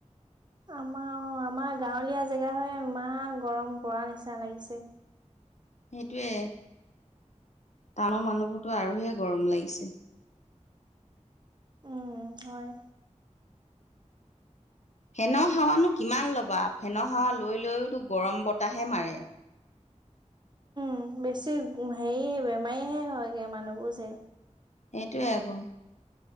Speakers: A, on the right (about 35°); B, on the left (about 65°).
A: আমাৰ অ' আমাৰ গাঁৱলীয়া জেগা হয় ইমান গৰম পৰা নিচিনা লাগিছে।
B: সেইটোৱে, টাউনৰ মানুহবোৰতো আৰুহে গৰম লাগিছে।
A: উম হয়।
B: ফেনৰ হাৱানো কিমান ল'বা ফেনৰ হাৱা লৈ লৈওতো গৰম বতাহে মাৰে।
A: উম, বেছি হেৰি বেমাৰীহে হয়গে মানুহবোৰ যে।
B: সেইটোৱে আকৌ।